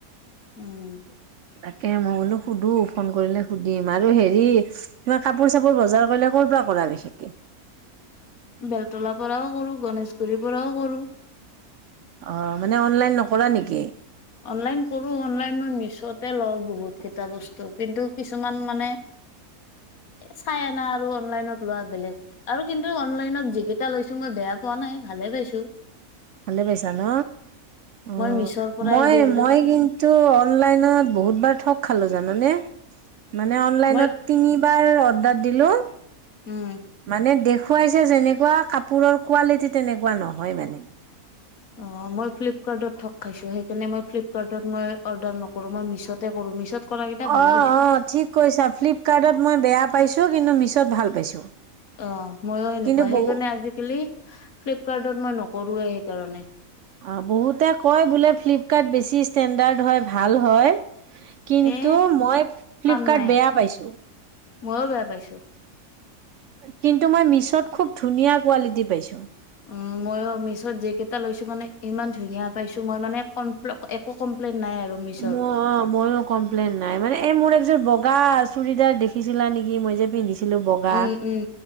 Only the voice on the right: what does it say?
তাকে মই বোলো সুধো ফোন কৰিলে সুধিম আৰু হেৰি তোমাৰ কাপোৰ চাপোৰ বজাৰ কৰিলে ক'ৰ পৰা কৰা বিশেষকে।
অ মানে অনলাইন নকৰা নেকি?
ভালে পাইছা ন অ
মই
মই কিন্তু অনলাইনত বহুত বাৰ ঠগ খালোঁ জানানে মানে অনলাইনত।
তিনিবাৰ অৰ্ডাৰ দিলোঁ।
মানে দেখুৱাইছে যেনেকুৱা কাপোৰৰ কোৱালিটি তেনেকুৱা নহয় মানে।
অ'অ'
ঠিক কৈছা ফ্লিপকাৰ্টত মই বেয়া পাইছোঁ, কিন্তু মিছ'ত ভাল পাইছোঁ।
কিন্তু
বহু
অ' বহুতে কয় বোলে, ফ্লিপকাৰ্ট বেছি ষ্টেণ্ডাৰ্ড হয়, ভাল হয়। কিন্তু,
মই ফ্লিপকাৰ্টত
বেয়া পাইছোঁ।
কিন্তু, মই মিছ'ত খুব ধুনীয়া কোৱালিটি পাইছোঁ।
মোৰ অ', ময়ো কমপ্লেইন নাই মানে, এই মোৰ এ যে বগা চুৰিদাৰ দেখিছিলা নেকি, মই যে পিন্ধিছ। ছিলো বগা